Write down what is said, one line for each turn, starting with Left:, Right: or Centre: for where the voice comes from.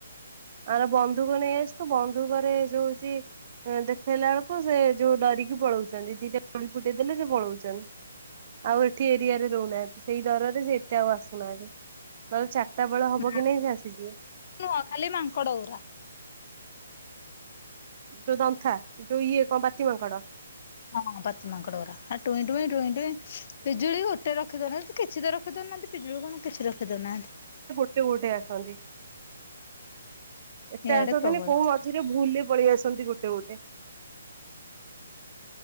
Right: ଆର ବନ୍ଧୁକ ନେଇ ଆସିଚୁ, ବନ୍ଧୁକରେ ଯୋଉ ସି ଦେଖେଇଲା ବେଳକୁ ସେ ଯୋଉ ଡରିକି ପଳଉଛନ୍ତି, ଦିଟା ଗୁଳି ଫୁଟେଇ ଦେଲେ ସେ ପଳଉଛନ୍ତି। ଆଉ ଏଠି ଏରିଆରେ ରହୁନାହାନ୍ତି, ସେଇ ଡରରେ ସେ ଏତେ ଆଉ ଆସୁନାହାନ୍ତି, ନହେଲେ ଚାରିଟା ବେଳ ହବ
Left: ନା
Right: କି ନାଇଁ ସେ ଆସିଯିବେ।
Left: ନୁହଁ, ଖାଲି ମାଙ୍କଡ ଗୁରା।
Right: ଯୋଉ ଦନ୍ଥା, ଯୋଉ ଇଏ କଣ ପାତି ମାଙ୍କଡ।
Left: ହଁ ପାତି ମାଙ୍କଡ ଗୁରା, ଟୁଇଁ ଟୁଇଁ, ଟୁଇଁ ଟୁଇଁ, ପିଜୁଳି ଗୋଟେ ରଖି ଦଉନାହାନ୍ତି କିଛିତ ରଖି ଦଉନାହାନ୍ତି। ପିଜୁଳି କଣ, କିଛି ରଖେଇ ଦଉନାହାନ୍ତି।
Right: କେଉଁ ଗୋଟେ ଆସନ୍ତି, ଏତେ
Left: ଇଆଡେ
Right: ଆସନ୍ତିନି
Left: ପ୍ରବଳ
Right: କୋଉ ମ ଯୋଉରା ଭୁଲରେ ପଳେଇ ଆସନ୍ତି ଗୋଟେ ଗୋଟେ,